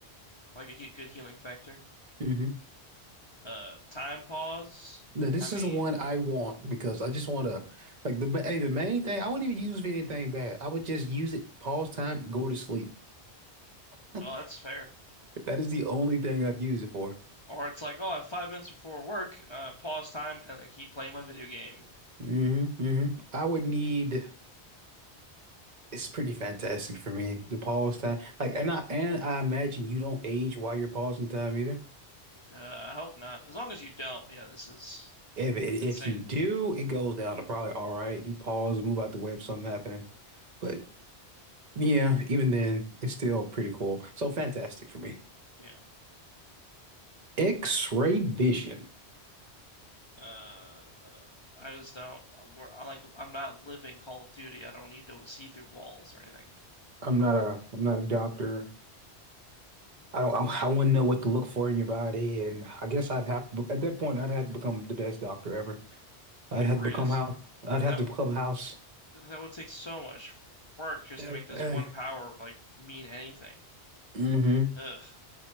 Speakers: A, on the left (about 45°); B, on the right (about 45°).
A: like a he good healing factor.
B: hmm
A: Uh, time pause.
B: Now this
A: I mean,
B: is the one I want because I just want to like the hey, the main thing. I wouldn't even use it for anything bad. I would just use it, pause time, go to sleep. <laughs>
A: oh, that's fair.
B: That is the only thing I'd use it for.
A: Or it's like, oh, I have five minutes before work. Uh, pause time and then keep playing my video game.
B: hmm hmm I would need. It's pretty fantastic for me. The pause time, like, and I and I imagine you don't age while you're pausing time either.
A: Uh, I hope not. As long as you don't, yeah, this is
B: If it,
A: insane.
B: if you do, it goes down to probably all right. You pause and move out the way of something happening, but yeah, even then, it's still pretty cool. So fantastic for me.
A: Yeah.
B: X-ray vision.
A: Uh, I just don't. I'm, we're- I like. I'm not living Call of Duty. I don't need to see through walls or anything.
B: I'm not a I'm not a doctor. I don't I, I wouldn't know what to look for in your body, and I guess I'd have to, at that point I'd have to become the best doctor ever. I'd
A: The greatest.
B: have to become house. I'd
A: That
B: have to become house.
A: that would take so much work just
B: Mm-hmm.
A: to make this one power like mean anything.
B: Mm.
A: Ugh.